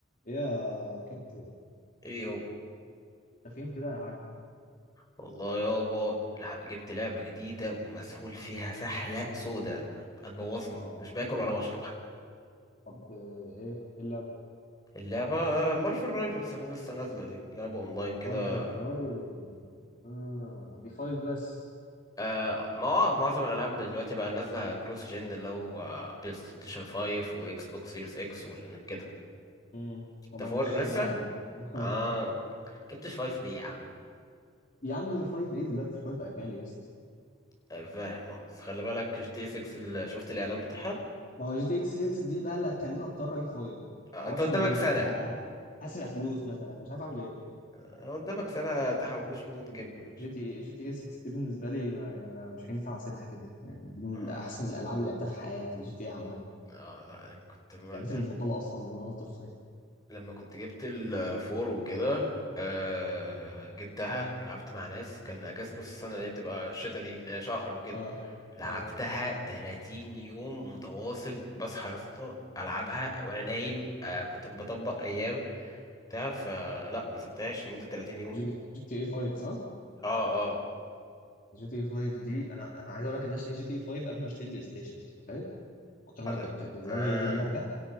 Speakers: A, on the left; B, on the left.
A: إيه يا كابتن
B: ايه يابا
A: انت فين كده يا حاج
B: والله يابا لح- جبت لعبة جديدة ومسحول فيها سحلة سودة هتبوظني
A: آه
B: مش باكل ولا بشرب حتى
A: طب آه، ايه الا
B: اللعبة مارفل رايفلز اللي لسه نازلة دي لعبة اونلاين كده
A: وان رايف آه دي فايف بس
B: آه ما آه، معظم الالعاب دلوقتي بقى نازلة كروس جن اللي هو بلاي ستيشن 5 واكس بوكس سيريس اكس وكده
A: مم.
B: انت
A: طبعا
B: فور
A: مش هشتغل
B: لسه
A: عندي <laughs>
B: اه جبتش 5 ليه يا عم
A: يا عم فايف ايه دلوقتي فايف بقى غالي يا اسطى
B: آه، فاهم اه بس خلي بالك جي تي 6 اللي شفت الاعلان بتاعها
A: ما هو جي تي اكس 6 دي بقى اللي هتخليني اضطر اجيب فايف
B: آه
A: معرفش
B: انت قدامك
A: منين
B: سنة
A: يعني ه- ه- هسرق فلوس مثلا مش عارف اعمل ايه
B: آه، قدامك سنة تحوش له وتجيب له
A: جي تي جي تي اي 6 دي بالنسبه لي ما يعني انا مش هينفع اسيبها كده يعني دي من
B: اه
A: احسن الالعاب اللي لعبتها في حياتي جي تي اي عامه
B: اه لا أنا كنت ما
A: لعبتي
B: كان
A: المفضله اصلا من وانا طفل يعني
B: لما كنت جبت الفور وكده آه جبتها ولعبت مع ناس كان اجازة نص السنة اللي هي بتبقى الشتا دي اللي هي شهر وكده
A: اه
B: لعبتها
A: اي
B: 30 يوم متواصل بصحى يا اسطى العبها وانا نايم آه كنت بطبق ايام بتاع فلا ما سبتهاش لمدة 30 يوم
A: جي تي جي تي اي 5 صح؟
B: اه اه
A: جي تي اي 5 دي انا انا عايز اقول لك ان انا اشتريت جي تي اي 5 قبل ما اشتري البلاي ستيشن أنت متخيل؟ كنت ما
B: على
A: انا كنت بالنسبه
B: اه
A: لي هي دي اللعبه